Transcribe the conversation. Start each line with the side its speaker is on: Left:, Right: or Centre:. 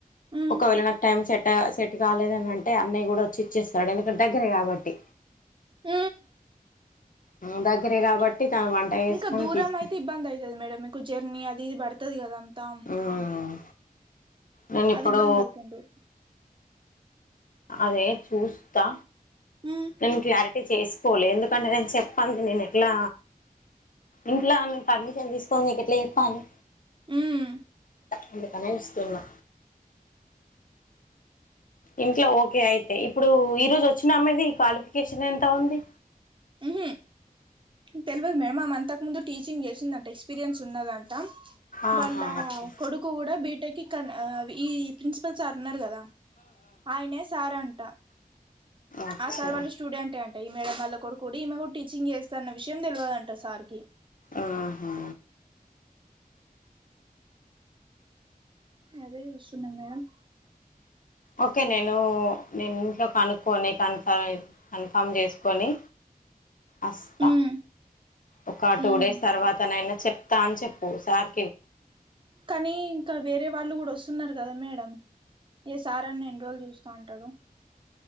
Right: ఉమ్
Left: ఒకవేళ నాకు టైం సెట్ సెట్ కాలేదని అంటే అన్నయ్య కూడా వచ్చి ఇచ్చేస్తాడు ఎందుకంటే దగ్గర కాబట్టి
Right: ఊ
Left: ఆ దగ్గరే కాబట్టి తను వంట చేసుకొని
Right: ఇంకా దూరం
Left: తీసుకు
Right: అయితే ఇబ్బంది అయతది మేడం మీకు జర్నీ అది ఇది పడుతది కదా అంతా
Left: ఉమ్ నేను ఇప్పుడు
Right: అది ఇబ్బంది అయితుంది
Left: అదే చూస్తా
Right: ఉమ్
Left: నేను క్లారిటీ అంటే చేసుకోలే ఎందుకంటే నేను చెప్పను నేను ఎట్లా ఇంట్లా ఆయన పర్మిషన్ తీసుకొనిది నీకు ఎట్లా చెప్పాలి
Right: ఉమ్
Left: అందుకని ఇస్తున్నా ఇంట్లో ఓకే అయితే ఇప్పుడు ఈ రోజు వచ్చినా ఆమెది క్వాలిఫికేషన్ ఎంత ఉంది
Right: ఉహు తెలివదు మేడం ఆమే మంతకు ముందు టీచింగ్ చేసిందంటే ఎక్స్పీరియన్స్ ఉన్నదంట ట
Left: ఆహా
Right: వాళ్ళ
Left: అచ్చా
Right: కొడుకు కూడా బీటెక్ ఈ ప్రిన్సిపల్ సార్ ఉన్నారు కదా ఆయనే సార్ అంటా
Left: అచ్చా
Right: ఆ సార్ వాళ్ళ స్టూడెంట్ అంట ఈ మేడం వల్లకొడుకు కూడా ఈమె కూడా టీచింగ్ చేస్తాన్న విషయం తెలియదంట సార్కి
Left: ఆహా
Right: అదే చూస్తున్నాం మేడం
Left: ఓకే నేను నేను ఇంట్లో కనుక్కొని కన్ఫ కన్ఫామ్ చేసుకొని అస్తా
Right: ఉమ్
Left: ఒక టూ
Right: ఉమ్
Left: డేస్ తర్వాత నైనా చెప్తా అని చెప్పు సార్
Right: కానీ ఇంకా వేరే వాళ్ళు కూడా వస్తు వస్తున్నారు కదా మేడం ఏ సార్ అని రెన్ని రోజులు చూస్తా ఉంటాడు